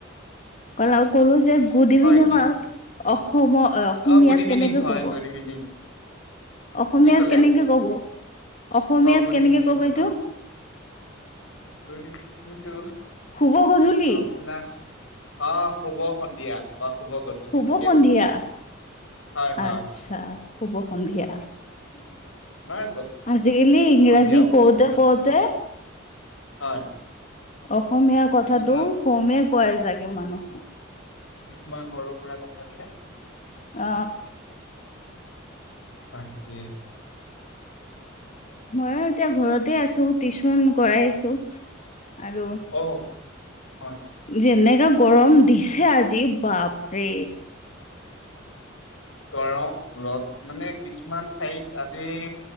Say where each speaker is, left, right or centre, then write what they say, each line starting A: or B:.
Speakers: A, on the left; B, on the left.
A: কলা ও কলো যে গুড ইভিনিং
B: হয় কি
A: অসমত অসমীয়াত
B: অ গুড ইভিনিং
A: কেনেকে
B: হয়
A: ক'ব?
B: Good evening?
A: অসমীয়াত
B: কি ক'লে
A: কেনেকে ক'ব? অসমীয়াত
B: অ' গুড
A: কেনেকে
B: ইভিনিং
A: কব
B: টো
A: এইটো
B: ন? ইভিনিংটো
A: শুভ গধুলি।
B: আপোনাৰ অ শুভ সন্ধিয়া বা শুভ গধূলি
A: শুভ
B: ঠিকেই
A: সন্ধিয়া
B: কৈছে, হয় হয়।
A: আচ্ছা শুভ সন্ধিয়া।
B: মই
A: আজিকালি ইংৰাজী
B: সন্ধিয়াও ক'ব
A: কওঁতে
B: পাৰিব
A: কওঁতে
B: হয়
A: অসমীয়া কথাটো
B: কিছুমান
A: কমেই ক‌ই জাগে মানুহ।
B: কিছুমান সৰু সুৰা কথাবিলাক
A: অ।
B: তাকে
A: মইও এতিয়া ঘৰতে আছো টিউচন কৰাই আছো, আৰু
B: অ। হয়
A: যেনেকা গৰম দিছে আজি বাপৰে।
B: গৰম ৰ'দ মানে কিছুমান ঠাইত মানে আজি